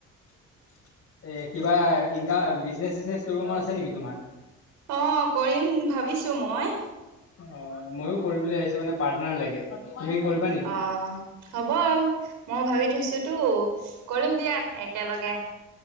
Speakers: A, on the left (about 50°); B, on the right (about 85°).
A: <inaudible> এ কিবা ইনকাম বিজনেচ-চজনেচ কৰিব মন আছে নেকি তোমাৰ?
B: অ' কৰিম ভাবিছো মই।
A: অ'ময়ো কৰিম বুলি ভাবিছো। মানে পাৰ্টনাৰ লাগে। তুমি কৰিবা নেকি?
B: অ' হ'ব আৰু মই ভাবি থৈছোতো কৰিম দিয়া। একেলগে।